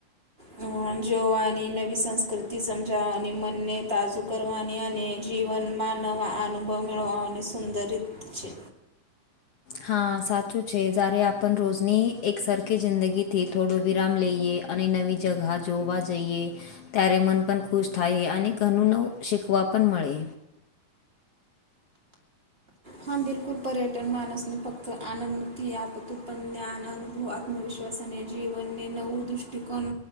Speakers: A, on the right (about 20°); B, on the left (about 85°).
A: હમ્મ, જોવાની નવી સંસ્કૃતિ સમજાવાની મનને તાઝુ કરવાની અને જીવનમાં નવા અનુભવ મેળવવાની સુંદર રીત છે.
B: હા સાચું છે જ્યારે આપણ રોજની એક સરખી જિંદગીથી થોડો વિરામ લઈએ. અને નવી જગાહ જોવા જઈએ. ત્યારે મન પણ ખુશ થાય અને ઘનું નવું શીખવા પણ મળે.
A: હા બિલકુલ, પર્યટન માણસને ફક્ત આનંદથી આપતું પણ જ્ઞાન, અનુભવ આત્મવિશ્વાસ અને જીવનને નવું દૃષ્ટિકોણ